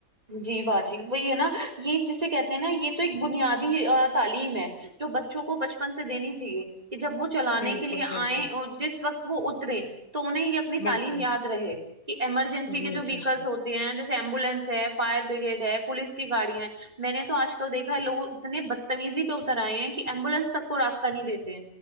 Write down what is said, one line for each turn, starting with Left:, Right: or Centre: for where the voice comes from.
Right: جی با جی وہی ہے نا یہ جسے کہتے ہیں نا یہ تو ایک بنیادی تعلیم ہے جو بچوں کو بچپن سے دینی چاہیے کہ جب وہ چلانے
Left: بالکل
Right: کے لیے
Left: بالکل
Right: آئے اور جس وقت وہ اترے تو انہیں ہی اپنی
Left: بالکل
Right: تعلیم یاد رہے کہ ایمرجنسی
Left: جی
Right: کے جو
Left: جی
Right: ویکلس
Left: جی
Right: ہوتے ہیں جیسے ایمبولینس ہے فائر بریگیڈ ہے پولیس کی گاڑیاں میں نے تو آج کل دیکھا ہے لوگ اتنے بدتمیزی پہ اتر آئے ہیں کہ ایمبولینس تک کو راستہ نہیں دیتے